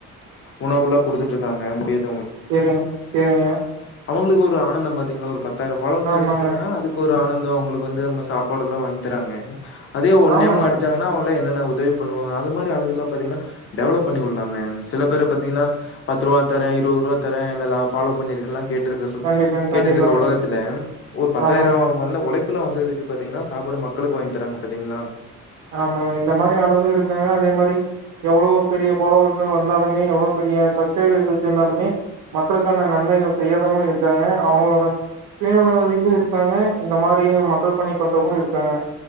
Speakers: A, on the left (about 45°); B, on the right (about 80°).
A: உணவுலா கொடுத்துட்டு தாங்க முடியாது
B: செரி செரிங்க
A: அவுங்ளுக்கு ஒரு ஆனந்தம் பாத்தீங்கன்னா ஒரு பத்து வேற ஃபாலோவர்ஸ்
B: ஆமாங்க
A: அடிச்சுடோனா அதுக்கு ஒரு ஆனந்தம் அவுங்களுக்கு வந்து நம்ம சாப்பாடு எல்லா வாங்கி தராங்க அதே ஒன்
B: ஆமாங்க
A: எம் அடிச்சாங்கன்னா அவுங்கள என்னன்ன உதவி பண்ணுவாங்க அது மாரி ஆளுகலெல்லா பாத்தீங்கன்னா டெவலப் பண்ணி உள்ளாங்க சில பேரு பாத்தீங்கன்னா பத்து ரூவா தரே இருவது ரூவா தரே என்னெல்லா ஃப்பாலோ பண்ணிருக்கலா கேட்டு இருக்க சுத்து
B: கண்டிப்பாங்க
A: கேட்டு
B: கண்டிப்பாங்க
A: இருக்க உலகத்துல ஒரு பத்தாயிர
B: ஆமாங்க
A: வந்த உழைப்பு இப்புல வந்ததுக்கு பாத்தீங்கன்னா சாப்பாடு மக்களுக்கு வாங்கி தராங்க பாத்தீங்களா
B: ஆமாங்க இந்த மாரி ஆளுகளு இருக்காங்க அதே மாரி எவ்ளோ பெரிய பாலோவர்ஸ் வந்தாலுமே எவ்ளோ பெரிய சப்ஸ்கிரைபர்ஸ் வச்சிருந்தாலுமே மக்களுக்கான நன்மைகள் செய்யாதவங்களு இருக்காங்க அவங்களோட சுயநிலவதிகளு இருக்காங்க இந்த மாரி மக்கள் பணி பண்றவங்களு இருக்காங்க